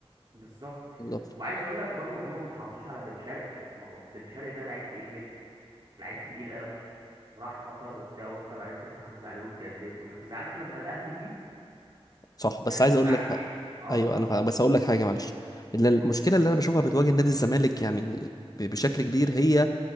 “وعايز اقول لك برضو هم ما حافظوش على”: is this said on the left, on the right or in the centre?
Right